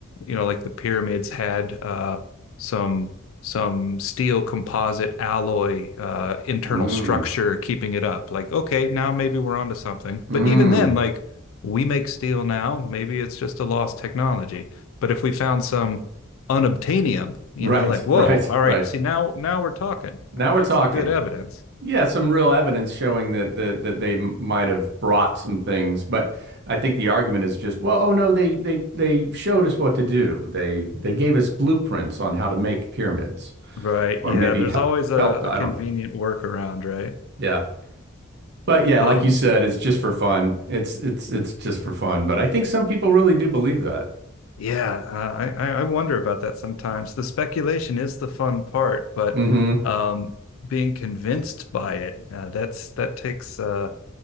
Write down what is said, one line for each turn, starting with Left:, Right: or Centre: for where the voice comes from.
Left: you know like the pyramids had uh some some steel composite alloy uh internal
Right: Mm,
Left: structure keeping it up. Like, okay, now maybe we're onto something.
Right: mm.
Left: But even then, like we make steel now, maybe it's just a lost technology. But if we found some unobtainium, you
Right: Right,
Left: know, like, whoa,
Right: <laughs> right,
Left: all right,
Right: right.
Left: see now now we're talking,
Right: Now
Left: right?
Right: we're
Left: That's
Right: talking.
Left: some good evidence.
Right: Yeah, some real evidence showing that that that they m- might have brought some things, but I think the argument is just, well, oh no, they they they showed us what to do. They they gave us blueprints on how to make pyramids,
Left: Right.
Right: or
Left: Yeah,
Right: maybe
Left: there's
Right: he-
Left: always a,
Right: helped. I
Left: a convenient
Right: don't know.
Left: workaround, right?
Right: Yeah, but yeah,
Left: Um,
Right: like you said, it's just for fun. It's it's it's just for fun. But I think some people really do believe that.
Left: Yeah, uh, I I I wonder about that sometimes. The speculation is the fun part, but
Right: hmm
Left: um, being convinced by it uh, that's that takes uh,